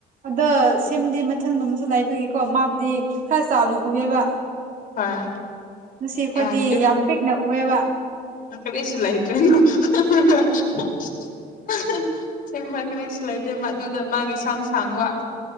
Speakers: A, on the right; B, on the left.
A: ꯗ꯭ꯁ ꯊꯝꯗꯤ ꯃꯊꯟꯒꯨꯝ ꯑꯃꯁꯨ ꯂꯩꯥꯏꯕꯒꯤꯀꯣ ꯃꯥꯕꯨꯗꯤ ꯈꯔ ꯆꯥꯎꯅ ꯎꯋꯦꯕ
B: ꯍꯣꯏ
A: ꯉꯁꯤ ꯑꯩꯈꯣꯏꯗꯤ
B: ꯌꯥꯗꯦ
A: ꯌꯥꯝ ꯄꯤꯛꯅ ꯎꯑꯦꯕ
B: ꯀꯔꯤꯁꯨ ꯂꯩꯇ꯭ꯔꯦ <inaudible> <inaudible> ꯆꯦꯡꯕ ꯀꯔꯤꯁꯨ ꯂꯩꯇꯦ ꯑꯗꯨꯗ ꯃꯥꯒꯤ ꯁꯝ ꯁꯥꯡꯕ